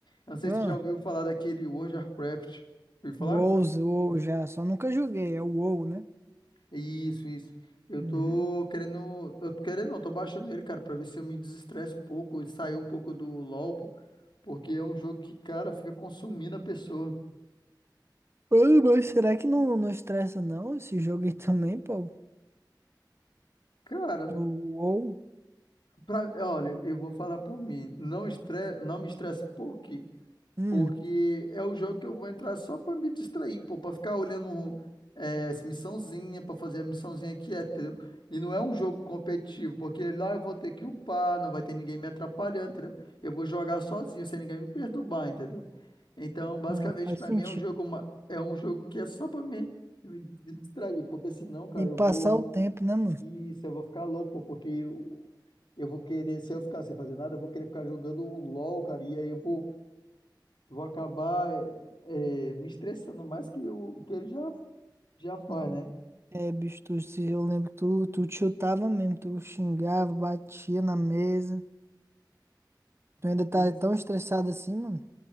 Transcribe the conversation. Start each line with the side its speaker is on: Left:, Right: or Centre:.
Left: Eu não sei
Right: Ah,
Left: se tu já ouviu falar daquele World of Warcraft. Ouviu falar?
Right: WoWs, WoW já, só nunca joguei, é o WoW, né?
Left: Isso, isso. Eu tô
Right: Uhum.
Left: querendo. Eu tô querendo, não, tô baixando ele, cara, pra ver se eu me desestresso um pouco e sair um pouco do LoL, pô, porque é um jogo que, cara, fica consumindo a pessoa.
Right: ai mas será que não, não estressa não esse jogo aí também, pô?
Left: Cara,
Right: Ou, ou-
Left: pra, olha, eu vou falar por mim. Não, estre, não me estressa por quê?
Right: hum,
Left: Porque é o jogo que eu vou entrar só pra me distrair, pô, pra ficar olhando é, as missãozinha, pra fazer a missãozinha aqui, é, entendeu? E não é um jogo competitivo, porque lá eu vou ter que upar, não vai ter ninguém me atrapalhando, entendeu? Eu vou jogar sozinho, sem ninguém me perturbar, entendeu? Então, basicamente,
Right: hum, faz
Left: pra
Right: sentido.
Left: mim é um jogo, uma- é um jogo que é só pra me, me distrair, porque senão, cara,
Right: E
Left: eu
Right: passar
Left: vou,
Right: o tempo, né, mano?
Left: isso, eu vou ficar louco, pô, porque eu, eu vou querer, se eu ficar sem fazer nada, eu vou querer ficar jogando um LOL, cara, e aí eu vou Vou acabar eh, eh, me estressando mais que o que ele já, já faz,
Right: Hum,
Left: né?
Right: É, bicho, tu, se eu lembro que tu, tu te chutava mesmo, tu xingava, batia na mesa. Tu ainda tá
Left: Sim,
Right: tão estressado assim, mano?